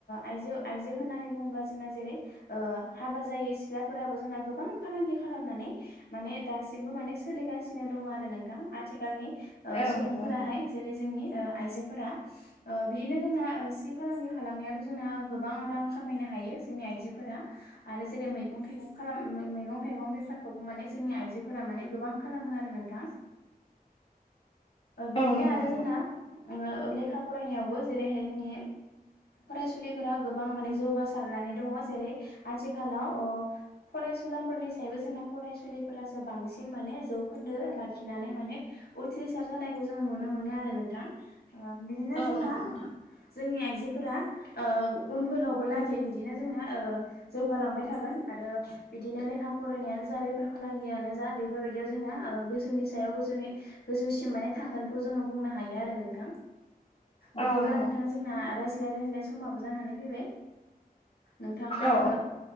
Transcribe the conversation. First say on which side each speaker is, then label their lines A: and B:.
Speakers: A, on the left; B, on the left.
A: आइजो आइजो होननानै बुङोब्ला जोंना जेरै हाबा जायै सिख्लाफोराबो जोंना गोबां फालांगि खालामनानै माने दासिमबो माने सोलिगासिनो दङ आरो नोंथां आथिखालनि
B: औ
A: सुबुंफोराहाय
B: नंगौ नोंथां
A: जेरै जोंनि आइजोफोरा बिदिनो जोंना फालांगि खालामनायावाथ' जोंना गोबां रां खामायनो हायो जोंनि आइजोफोरा आरो जेरै मैगं थाइगं खालाम मैगं थाइगं बेफारखौबो माने जोंनि आइजोफोरा माने गोबां खालामो आरो नोंथां बिदिनो
B: औ नंगौ
A: आरो
B: नोंथां
A: जोंना लेखा फरायनायावबो जेरैहाय जोंनि फरायसुलिफोरा गोबां माने जौगासारनानै दङ जेरै आथिखालाव फरायसुलाफोरनि सायावबो जोंना फरायसुलिफोरासो बांसिन माने जौखोन्दो लाखिनानै माने उथ्रिसार जानायखौ जों नुनो मोनो आरो नोंथां बिदिनो
B: औ
A: जोंना
B: नंगौ नोंथां।
A: जोंनि आइजोफोरा उनफोरावबो लागै बिदिनो जोंना जौगालांबाय थागोन आरो बिदिनो लेखा फरायनायानो जा बेफार फालांगियानो जा बेफोरबायदियाव जोंना गोजौनि सायाव गोजौनि गोजौसिम माने थांगोनखौ जोङो बुंनो हायो आरो नोंथां बिदिब्ला
B: औ नंगौ
A: नोंथां जोंना रायज्लाय रायज्लाय समाबो जानानै फैबाय नोंथाङा
B: औ
A: आंनो